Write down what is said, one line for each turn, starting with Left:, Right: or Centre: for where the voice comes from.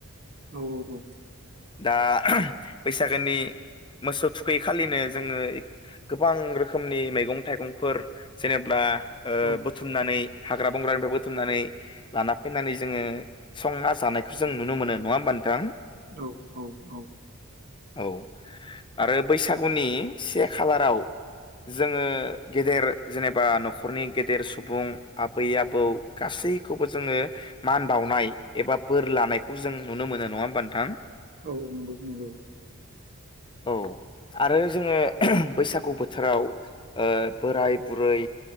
Right: औ औ औ
Left: दा बैसागोनि मोसौ थुखै खालिनो जोङो गोबां रोखोमनि मैगं थाइगंफोर जेनेब्ला ओ
Right: औ
Left: बुथुमनानै हाग्रा बंग्रानिफ्राय बुथुमनानै लाना फैनानै जोङो संना जानायखौ जों नुनो मोनो नङा होम्बा नोंथां
Right: औ औ औ
Left: औ आरो बैसागुनि से खालाराव जोङो गेदेर जेनेबा न'खरनि गेदेर सुबुं आबै आबौ गासैखौबो जोङो मान बावनाय एबा बोर लानायखौ जों नुनो मोनो नङा बा नोंथां
Right: औ औ नंगौ नंगौ
Left: औ आरो जोङो बैसागु बोथोराव ओ बोराय बुरै